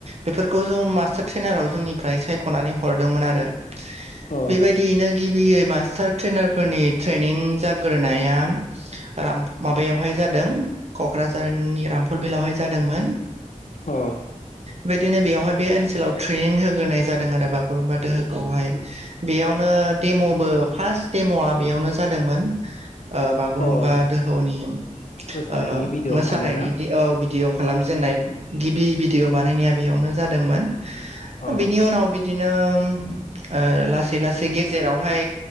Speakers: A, on the right; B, on the left.
A: बेफोरखौ जों मा मास्टार ट्रेनाराव जोंनिफ्राय सायख'नानै हरदोंमोन आरो
B: औ
A: बे बिदिनो गिबियै मास्टार ट्रेनारफोरनि ट्रेनिं जाग्रोनाया ओम माबायावहाय जादों क'क्राझारनि रामफुर बिलावहाय जादोंमोन।
B: औ
A: बेबायदिनो बेवहाय बे ओनसोलाव ट्रेनिं होग्रोनाय जादों आरो बागुरुमबा दोहोखौहाय बेयावनो डेम'बो फार्स्ट डेम'आ बेयावनो जादोंमोन। ओ बागुरुमबा
B: औ
A: दोहौनि
B: मोसानायनि
A: ओ
B: भिडिअ'
A: मोसानायनि
B: खालामनाय ना
A: दि औ भिदिअ खालामजेननाय गिबि भिडिअ' बानायनाया बेयावनो जादोंमोन
B: अ
A: बिनि उनाव बिदिनो ओ लासै लासै गेजेरावहाय